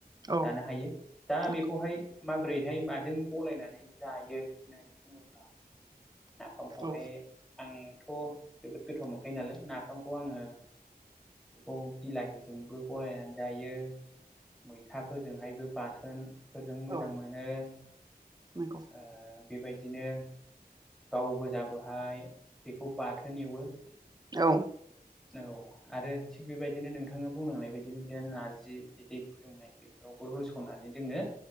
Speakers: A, on the right; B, in the centre.
A: औ
B: जानो हायो दा
A: नंगौ
B: बेखौहाय माबोरैहाय माजों गलायनानै जायो होननानै बुङोब्ला नाफामखौहाय
A: औ
B: आंथ' जोबोद गोथाव मोनखायो नालाय नाफामखौ आङो बेखौ बिलाहिजोंबो गनायनानै जायो मैथाफोरजोंहायबो बाथोनफोरजों मोजां
A: औ
B: मोनो ओ
A: नंगौ
B: बेबायदिनो गाव गोजाबोहाय बेखौ बाथोन एवो
A: औ।
B: औ आरो थिग बेबायदिनो नोंथाङा बुंनांनाय बायदिनो बिदिनो नारजि बिदै फुदुंनाय बेफोरावबो होस'नानै जोङो